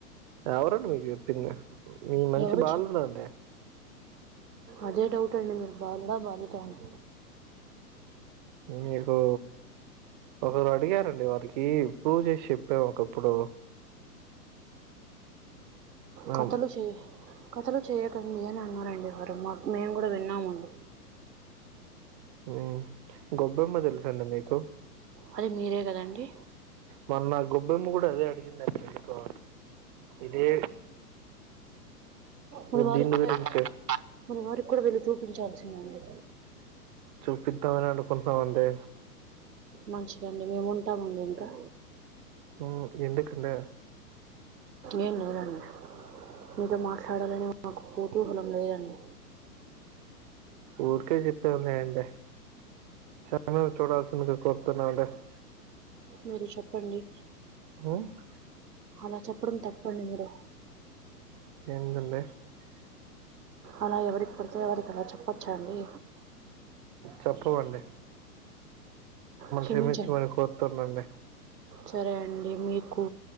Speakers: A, on the right (about 30°); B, on the right (about 80°).
A: ఎవురండి మీకు యెప్పింది? మీ మంచి
B: ఎవరు
A: బాలుడండి.
B: చెప్ప అదే డౌట్ అండి, మీరు బాలుడా బాలికా అని.
A: మీకు ఒకరు అడిగారండి, వారికి ప్రూవ్ జేశ్ చెప్పాం ఒకప్పుడు. మేం
B: కథలు సే కథలు చేయకండి అని అన్నారండి, ఎవరో మాక్. మేము గుడ విన్నామండి.
A: ఉం గొబ్బెమ్మ దెల్సాండి మీకు?
B: అద్ మీరే గదండి?
A: మొన్న గొబ్బెమ్మ గుడా అదే అడిగిందండి, ఎందుకో ఇదే.
B: మీ వారు
A: దీని
B: <inaudible>
A: గురించే.
B: మరి వారిక్ కూడ వెళ్లి చూపించాల్సిదండి.
A: చూపిద్దామనే అనుకుంట్నామండి.
B: మంచిదండి, మేము ఉంటామండి ఇంకా.
A: మా ఎందుకండే!
B: ఏం లేదన్ మీతో మాట్లాడాలని, మాకు కుతూహలం లేదండి.
A: ఊరికే జెప్పాం లేండి. చాన రోజ్ చూడాల్సిందిగా కోరుతున్నా అండి.
B: మీరు చెప్పండి
A: వన్
B: అలా చెప్పడం తప్పండి మీరు
A: ఏందండి
B: అలా ఎవరిక్ పడితే వారిక్ అలా చెప్పొచ్చా అండి
A: చెప్పు అండి
B: క్షమించండ్
A: క్షమించమని కోరుతున్నానండి.
B: సరే అండి మీకు